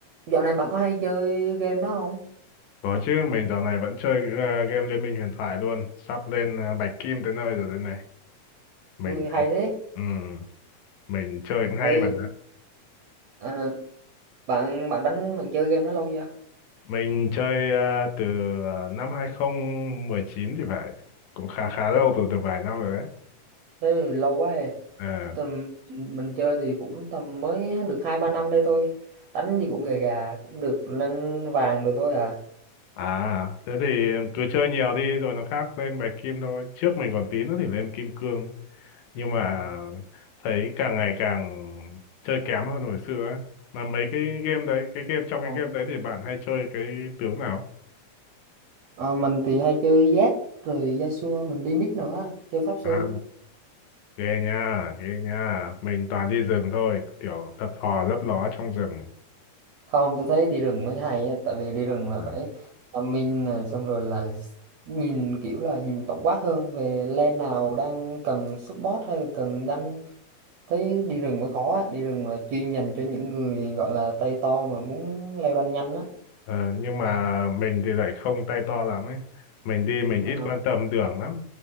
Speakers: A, on the right; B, on the left.
A: Dạo này bạn có hay chơi game đó không?
B: Có chứ, mình dạo này vẫn chơi ờ, game Liên minh huyền thoại luôn, sắp lên ờ, bạch kim tới nơi rồi đây này. Mình
A: Ui hay
B: thấy,
A: thế.
B: ừm, mình chơi cũng hay
A: Thì
B: mà.
A: à, bạn bạn đánh bạn chơi game đó lâu chưa?
B: Mình chơi ờ, từ ờ, năm hai không một chín thì phải, cũng khá khá lâu
A: Ừ,
B: rồi, từ vài năm rồi đấy.
A: thế thì lâu quá rồi.
B: À,
A: Tầm mình chơi thì cũng tầm mới được hai ba năm đây thôi. Đánh thì cũng gà gà cũng được lên vàng được thôi à.
B: à, thế thì cứ chơi nhiều đi rồi nó khác lên bạch kim thôi. Trước mình còn tí nữa thì lên kim cương. nhưng mà thấy càng ngày càng chơi kém hơn hồi xưa ấy. Mà mấy cái game đấy, cái game trong
A: Ờ,
B: cái game đấy thì bạn hay chơi cái tướng nào?
A: ờ, mình thì hay chơi Z rồi Yasuo mình đi mid nữa, chơi pháp sư.
B: À, ghê nha, ghê nha. Mình toàn đi rừng thôi, kiểu thập thò lấp ló trong rừng.
A: không tôi thấy đi rừng mới hay á, tại vì đi rừng là
B: À,
A: phải tâm minh này xong rồi là s- nhìn kiểu là nhìn tổng quát hơn về lem nào đang cần support hay là cần ganh thấy đi rừng mới khó á. đi rừng là chuyên dành cho những người gọi là tay to mà muốn leo ranh nhanh á
B: Ờ, nhưng mà mình thì lại không tay to lắm ấy. Mình đi mình
A: Ờ,
B: ít quan tâm đường lắm.